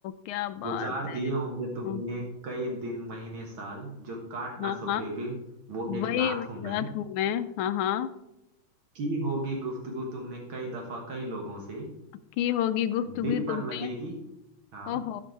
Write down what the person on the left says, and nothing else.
क्या बात
है
हम्म,
हाँ
हाँ
वही
रात
हूँ मैं हाँ हाँ
की होगी गुफ्तगू
तुमने
ओहो